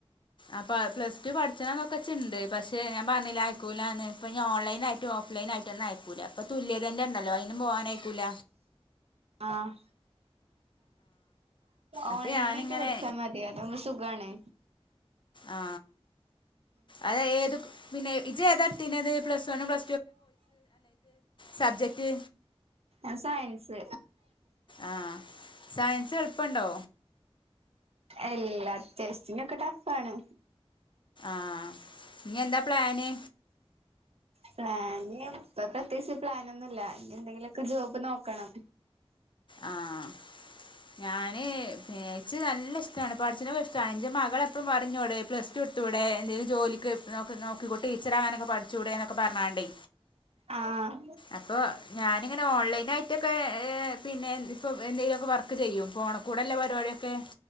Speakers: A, on the left; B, on the right.
A: അപ്പോൾ പ്ലസ് ടു പഠിച്ചണമെന്നൊക്കെ ഉണ്ട് പക്ഷേ ഞാൻ പറഞ്ഞില്ലേ അയക്കുലാന്ന്ഓൺലൈനായിട്ടും ഓഫ് ലൈനായിട്ടൊന്നും അയക്കൂല്ല. അപ്പൊ തുല്യത തന്നെ ഉണ്ടല്ലോ അയിനും പോവാനയിക്കൂല
B: ആഹ് ഓൺലൈനിലായിട്ട്
A: അപ്പം ഞാനിങ്ങനെ
B: പഠിച്ചാൽ മതി അതാകുമ്പോ സുഖവാണ്
A: ആ അത് ഏത് പിന്നെ ഇജ് എതാ ഇടുതിന്ന സബ് ജക്ട്
B: ൻ സയൻസ്
A: ആഹ സയൻസ് എളുപ്പണ്ടോ
B: എല്ലാ സ്റ്റിനൊക്കെ ടഫാണ്
A: ആഹ ഇ എന്താ പ്ലാന്
B: പ്ലാന് ഇപ്പ പ്രത്യേകിച്ച് പ്ലാനൊന്നുംല്ല ഇ എന്തെങ്കിലും ഒക്കെ ജോബ് നോക്കണം
A: ആഹ ഞാന് ഇച്ച് നല്ല ഇഷ്ടമാണ് പഠിച്ച ണത് ഇഷ്ടമാണ് എന്റെ മകള എപ്പഴു പറഞ്ഞോടെ പ്ലസ് ടു പഠിച്ചുടെ ജോലിക്ക് നോക്കിക്കൂട്ട് ടീച്ചർ ആകാനൊക്കെ പഠിച്ചു ടെന്നൊക്കെ പറഞ്ഞാണ്ടേ
B: ആഹ്
A: അപ്പൊ ഞാനിങ്ങനെ ഓൺലൈൻ ആയിട്ടൊക്കെ ഏ പിന്നെ ഇപ്പൊ എന്തെങ്കിലുമൊക്കെ വർക്ക് ചെയ്യും ഫോണുകൂടെല്ല പരിപടിയൊക്കെ